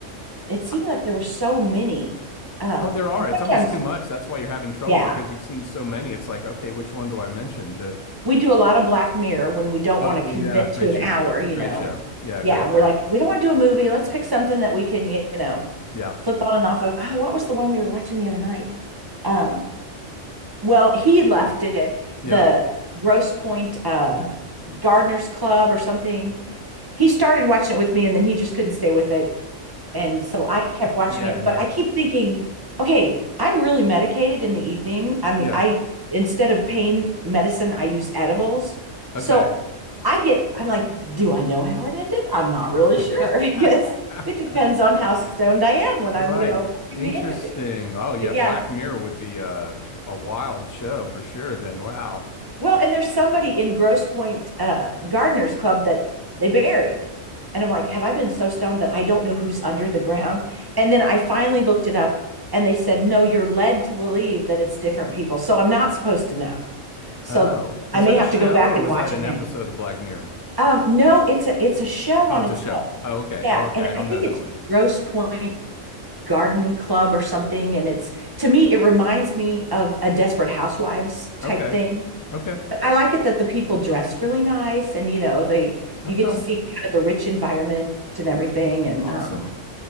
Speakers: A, on the right; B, on the left.
A: it seemed
B: I-
A: like there were so many. Um
B: oh, there are.
A: and
B: It's almost
A: sometimes
B: too much. That's why you're having trouble
A: yeah,
B: because you've seen so many. It's like, okay, which one do I mention? The
A: we do a lot of Black Mirror when we don't
B: oh
A: want to commit
B: yeah,
A: to
B: great
A: an
B: show,
A: hour, you
B: great
A: know.
B: show, yeah,
A: Yeah,
B: great
A: we're
B: show,
A: like we don't want to do a movie. Let's pick something that we can, you know,
B: yeah,
A: flip on and off of. Oh, what was the one we were watching the other night? Um well, he had left it
B: yeah.
A: the Gross Point uh Gardener's Club or something. he started watching it with me and then he just couldn't stay with it. And so I kept watching
B: He had
A: it,
B: enough.
A: but I keep thinking, okay, I'm really medicated in the evening. I mean,
B: Yeah.
A: I instead of pain medicine, I use edibles.
B: Okay.
A: So I get, I'm like, do I know how it ended? I'm not really
B: <laughs>
A: sure <laughs> Yes, it depends on how stoned I am when
B: Right.
A: I'm, you know, watching
B: Interesting.
A: the end of it.
B: Oh yeah,
A: But yeah,
B: Black Mirror would be a a wild show for sure then. Wow.
A: Well, and there's somebody in Grosse Pointe uh, Gardeners Club that they buried. And I'm like, have I been so stoned that I don't know who's under the ground? And then I finally looked it up and they said, no, you're led to believe that it's different people. So I'm not supposed to know. So
B: Oh, is
A: I may
B: that
A: have
B: a show
A: to go back
B: or
A: and
B: was
A: watch
B: that an
A: it now.
B: episode of Black Mirror?
A: Um, no, it's a it's a show
B: Oh,
A: on
B: it's
A: its
B: a show.
A: own.
B: Oh, okay.
A: Yeah.
B: Oh, okay.
A: And
B: I don't
A: I think
B: know that
A: it's
B: one.
A: Grosse Pointe Garden Club or something. And it's to me, it reminds me of a Desperate Housewives type
B: Okay.
A: thing
B: Okay.
A: I like it that the people dress really nice and you know they
B: Okay.
A: you get to see kind of the rich environment and everything and
B: Awesome.
A: um